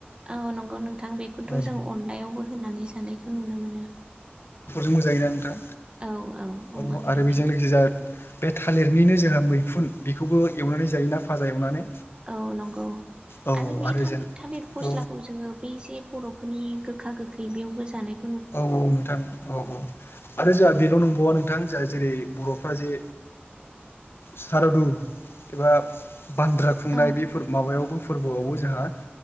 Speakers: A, on the right; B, on the left.
A: औ नंगौ नोंथां बेखौथ'
B: औ
A: जों अनलायावबो होनानै जानायखौ नुनो मोनो
B: मोजाङै ना नोंथां
A: औ
B: औ
A: अमा बेदरजों
B: आरो बेजों लोगोसे जोहा बे थालिरनिनो जोंहा मैखुन बेखौबो एवनानै जायोना फाजा एवनानै
A: औ नंगौ
B: औ
A: आरो बे था
B: जों
A: थालिर फस्लाखौ
B: औ
A: जोङो बै जे बर'फोरनि गोखा गोखै बेयावबो जानाय
B: औ औ नोंथां औ औ आरो जोंहा बेन' नंबावा नों- -थां जोंहा जेरै बर'फ्रा जे सारादु एबा बान्द्रा खुंनाय
A: औ
B: बेफोर माबायावबो फोरबोआवबो‌ जोंहा